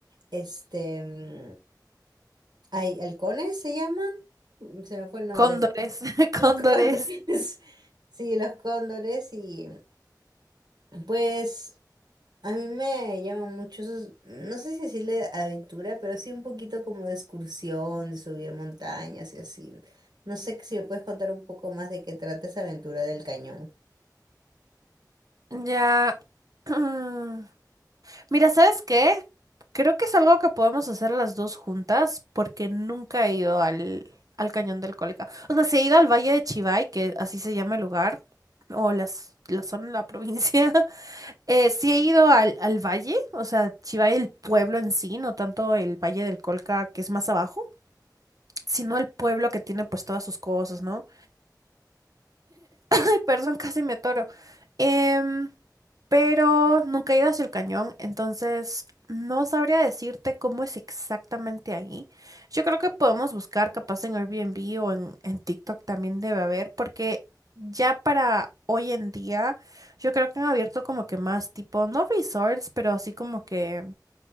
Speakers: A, on the right; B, on the right.
A: este, mm, ay, halcones se llaman. Mm, Se me fue el nombre.
B: Cóndores, <laughs>
A: <laughs> Los
B: cóndores.
A: cóndores. <laughs> Sí, los cóndores y pues. A mí me llaman mucho esos, no sé si decirle aventura, pero sí un poquito como de excursión, de subir montañas y así. No sé si me puedes contar un poco más de qué trata esa aventura del cañón.
B: Ya. <clears throat> mm, Mira, ¿sabes qué? Creo que es algo que podemos hacer las dos juntas porque nunca he ido al, al Cañón del Colca. O sea, sí he ido al Valle de Chivay, que así se llama el lugar, o las, la zona, la <laughs> provincia, Eh, sí he ido al, al valle, o sea, Chivay el pueblo en sí, no tanto el Valle del Colca que es más abajo, sino el pueblo que tiene pues todas sus cosas, ¿no? Ay, perdón, <laughs> casi me atoro. Em, pero nunca he ido hacia el cañón, entonces no sabría decirte cómo es exactamente ahí. Yo creo que podemos buscar capaz en Airbnb o en, en TikTok también debe haber, porque ya para hoy en día yo creo que han abierto como que más tipo, no resorts, pero así como que